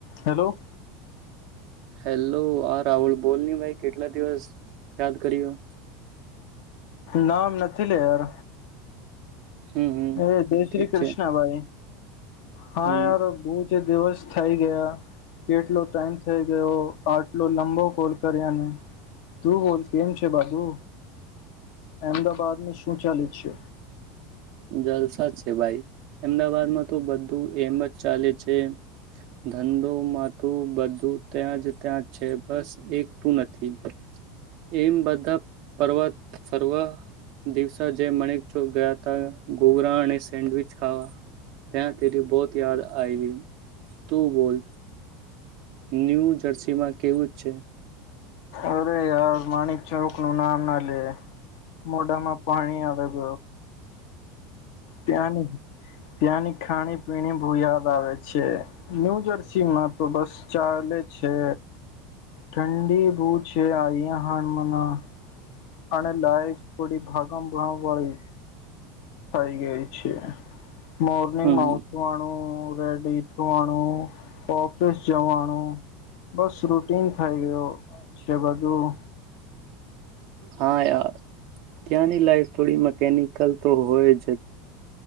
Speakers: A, on the left; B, on the right.
A: Hello
B: hello આર રાહુલ બોલની ભાઈ કેટલા દિવસ યાદ કર્યો
A: નામ નથી લે યાર
B: હમ હમ
A: હેલો જય
B: ઠીક
A: શ્રી કૃષ્ણભાઈ
B: છે હમ
A: હા યાર બુજ દિવસ થઈ ગયા કેટલો ટાઈમ થઈ ગયો આટલો લંબો કોલ કર્યા ને તું બોલ કેમ છે બાબુ અમદાબાદને શું ચાલે છે
B: જલસા છે ભાઈ અમદાવાદમાં તો બધું એમ જ ચાલે છે ધંધો મા તું બ તું ત્યાં જ ત્યાં છે બસ એક તું નથી એમ બધા પર્વત સર્વ દિવસે જે મણિક ચોક ગયા ગોગરા અને સેન્ડવિચ ખાવા ત્યા તેરી બોત યાદ આઈ ગ તું બોલ ન્યૂ જર્સીમાં કેવું જ છે
A: અરે યાર માણિક ચોક નું નામ ના લેે મોઢામાં પાણી આવે હ ત્યાંની ત્યાંની ખાણી પીણી બહ યાદ આવે છે ન્યુ જર્સીમાં તો બસ ચાલે છે ઠંડી બ છે અ હમના અને લાઈફ થોડી ભાગ ભ વાળી થઈ ગઈ છે મોર્નિંગમાં
B: હમ
A: ઉઠવાનુંું રેડી થવાનુંું ઓફિસ જવાનું બસ રુટીન થઇ ગયો છે બધું
B: હાાર ત્યાંની લાઈફ થોડી મ નિકલ તો હોય જ